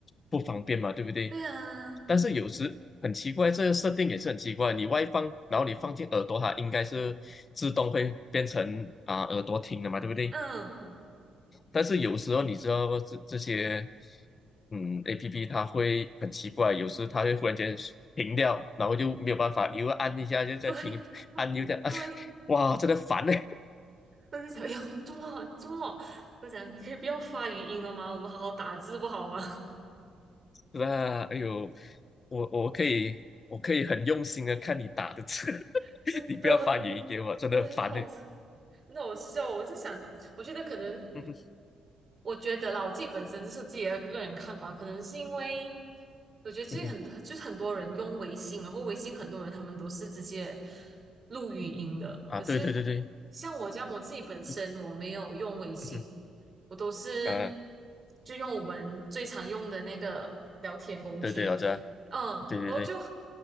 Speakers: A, on the left (about 40°); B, on the right (about 35°).
A: 不方便嘛，对不对？
B: 对啊，
A: 但是有时很奇怪，这个设定也是很奇怪，你外放，然后你放进耳朵，它应该是自动会变成啊、耳朵听的嘛，对不对？
B: 嗯，
A: 但是有时候你知道这这些，嗯，A P P 它会很奇怪，有时它会忽然间停掉，然后就没有办法，你又按一下就在停，
B: 对对对，
A: 按又再按，<laughs> 哇，真的烦呢、
B: 我就想，哎呦，这么这么我讲你可以不要发语音了吗？我们好好打字不好吗？
A: <laughs> 那哎呦，我我可以我可以很用心的看你打的字，
B: <laughs> 真的，
A: <laughs> 你不要发语音给我，真的很烦呢、
B: 真的很好，很好笑。我就想，我觉得可能。
A: 嗯哼
B: 我觉得啦，我自己本身就是自己的个人看法，可能是因为我觉得最近很就是很多人用微信，
A: <laughs> 嗯哼
B: 然后微信很多人他们都是直接录语音的，
A: 啊，
B: 可是
A: 对对对对，
B: 像我这样，我自己本身我没有用微信，
A: 不可，嗯哼
B: 我都是
A: 啊，
B: 就用我们最常用的那个聊天工具，
A: 对对，我知道
B: 嗯，
A: 对对对。
B: 然后就